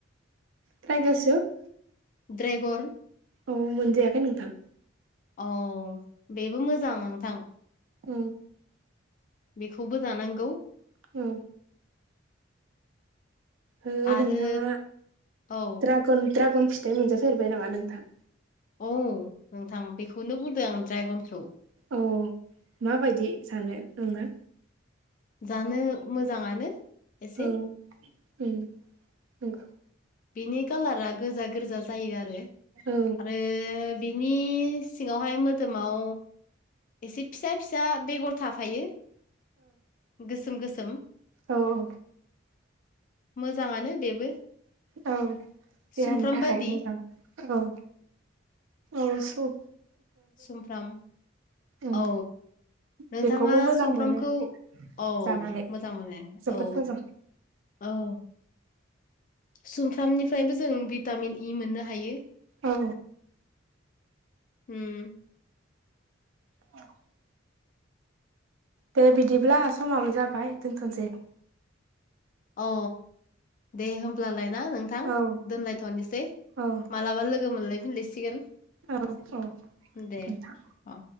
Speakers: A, on the right; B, on the left.
A: ड्रेगन सो <unintelligible>
B: ड्रेगर
A: औ मोनजायाखै नोंथां
B: औ बेबो मोजां नोंथां।
A: उम
B: बेखौबो जानांगौ
A: औ ओ
B: आरो
A: नोंथाङा
B: औ
A: ड्रागन ड्रागन फिथाइ मोनजाफेरबाय नामा नोंथां?
B: औ नोंथां बेखौनो बुंदों आं ड्रागनखौ।
A: औ माबायदि सानो नोंना?
B: जानो मोजाङानो एसे
A: औ औ
B: बिनि कालारा गोजा-गोरजा जायो आरो
A: औ
B: आरो बिनि सिङावहाय मोदोमाव एसे फिसा-फिसा बेगर थाफ फायो गोसोम-गोसोम।
A: औ औ
B: मोजाङानो बेबो
A: औ देहानि
B: सुमफ्राम
A: थाखाय
B: बादि
A: मोजां औ औ स
B: समफ्राम
A: उम
B: औ नोंथाङा
A: बेखौबो मोजां
B: सुमफ्रामखौ
A: मोनो
B: औ
A: जानानै
B: मोजां मोनो
A: जोबोद
B: औ
A: मोजां
B: ओ सुमफ्रामनिफ्रायबो ज जों भिटामिन इ मोननो हायो।
A: औ
B: उम
A: औ। <unintelligible> दे बिदिब्ला समाबो जाबाय दोनथ'सै
B: अ दे होमब्लालायना नोंथां
A: औ
B: दोनलायथ'नोसै
A: औ
B: मालाबा लोगो लोगो मोनलायफिनलायसिगोन
A: औ औ
B: दे
A: नोंथां
B: अ